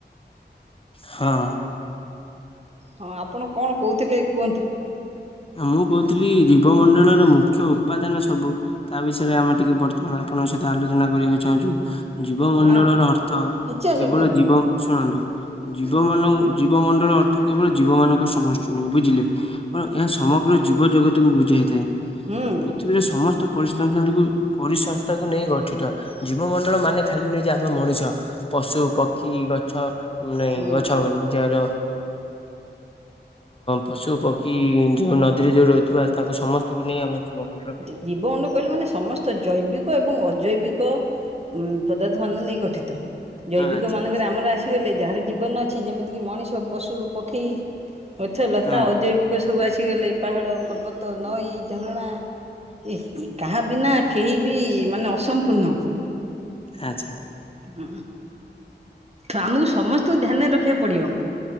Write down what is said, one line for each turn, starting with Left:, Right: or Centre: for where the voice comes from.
Left: ହଁ ଅଁ
Right: ହଁ, ଆପଣ କଣ କହୁଥିଲେ କୁହନ୍ତୁ?
Left: ମୁଁ କହୁଥିଲି ଜୀବମଣ୍ଡଳର ମୁଖ୍ୟ ଉପାଦାନ ସବୁ ତା ବିଷୟରେ ଆମେ ଟିକେ ବର୍ତ୍ତମାନ ଆପଣଙ୍କ ସହିତ ଆଲୋଚନା କରିବାକୁ ଚାହୁଁଛୁ। ଜୀବ ମଣ୍ଡଳର
Right: ହଁ ହଁ।
Left: ଅର୍ଥ
Right: କିଛି
Left: -କେବଳ
Right: ଅସୁବିଧା ନାହିଁ
Left: ଜୀବ ଶୁଣନ୍ତୁ? ଜୀବ ମ ଜୀବମଣ୍ଡଳ ଅର୍ଥ କେବଳ ଜୀବ ମାନଙ୍କ ସମଷ୍ଟି ନୁହେଁ, ବୁଝିଲେ। ଏହା ସମଗ୍ର ଜୀବଜଗତକୁ ବୁଝାଇଥାଏ।
Right: ହଁ ଅ
Left: ପରେ ସମସ୍ତ ପରିସଂ ପରିସଂସ୍ଥାକୁ ନେଇ ଗଠିତ। ଜୀବ ମଣ୍ଡଳ ମାନେ ଖାଲି ନୁହେଁ ଯେ -ଆମ ମଣିଷ, ପଶୁ, ପକ୍ଷୀ ଗ ଗ ନହି
Right: ହୁଁ।
Left: ଗଛ ଯାହାର ପଶୁ ପକ୍ଷୀ କି ଯୋଉ ନଦୀରେ ଯୋଉ ରହୁଥିବା ତାଙ୍କୁ ସମସ୍ତଙ୍କୁ ନେଇ ଆମ ଜୀବମଣ୍ଡଳ।
Right: ଜୀବଣ୍ଡ କହିଲେ ମାନେ ସମସ୍ତ ଜୈବିକ ଏବଂ ଅଜୈବିକ ପଦାର୍ଥମାନ ନେଇ ଗଠିତ। ଜୈବିକ
Left: ହଁ ଆଚ୍ଛା
Right: ମାନଙ୍କରେ
Left: ଆଚ୍ଛା
Right: ଆମର ଆସିଗଲେ ଯାହାର ଜୀବନ ଅଛି, ଯେମିତିକି ମଣିଷ। ପଶୁ, ପକ୍ଷୀ, ଗଛ ଲତା।
Left: ହଁ
Right: ଅଜୈବିକ ସବୁ ଆସିଗଲେ ପାହାଡ଼, ପର୍ବତ ତ ନଇ, ଝର କାହା ବିନା କେହି ବି ମାନେ ଅସମ୍ପୂର୍ଣ୍ଣ।
Left: ଆଛା।
Right: ହ ଆମକୁ ସମସ୍ତଙ୍କୁ ଧ୍ୟାନରେ ରଖିବାକୁ ପଡିବ,